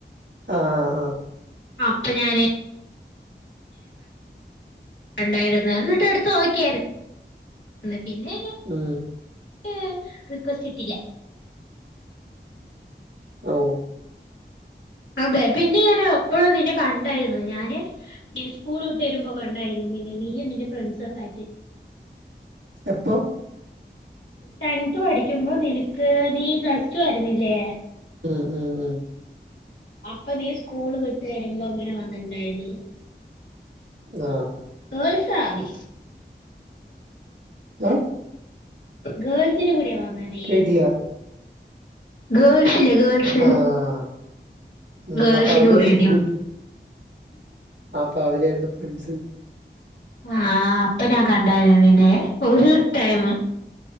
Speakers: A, on the right; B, on the left.
A: ആഹ്
B: അപ്പൊ ഞാന് കണ്ടായിരരുന്നു എന്നിട്ട് എടുത്ത് നോക്കിയായിരുന്നുന്ന് പിന്നെ
A: ഉം
B: ഏഹ് റിക്വസ്റ്റ് ഇിട്ടില്ല
A: ഓഹ്
B: അതെ പിന്നെ ഞാൻ എപ്പഴും നിന്നെ കണ്ടായിരുന്നു ഞാന് സ്കൂൾ വിട്ട് വരുമ്പോ കണ്ടായിരുന്നു നിന്നെ നീയും നിന്റെ ഫ്രണ്ട്സും ഒക്കെ ആയിട്ട്
A: എപ്പോ
B: ടെൻത് പഠിക്കുമ്പോ നിനക്ക് നീ പ്ലസ് ടു ആരുന്നില്ലേ
A: ഉം ഉം ഉം
B: അപ്പൊ നീ സ്കൂള് വിട്ട് വരുമ്പോ അങ്ങനെ വന്നിട്ടണ്ടായിരുന്നു
A: ആഹ്
B: ദോവ്സായി
A: ഏഹ്
B: ഗേൾസിന്റെ കൂടയാ വന്നെ നീ
A: കേട്ടില്ല
B: ഗേൾസ് ല്ലേ ഗേൾസ്
A: ആഹ് ഉം
B: ഗേൾസിന്
A: അപ്പൊ അവരായിരുന്നു
B: പോണ
A: കൂട്ട് അപ്പൊ അവരായിരുന്ന ഫ്രണ്ട്സ്
B: ആഹ് അപ്പ ഞാൻ കണ്ടായിരുന്നു നിന്നെ ഒരു ടൈം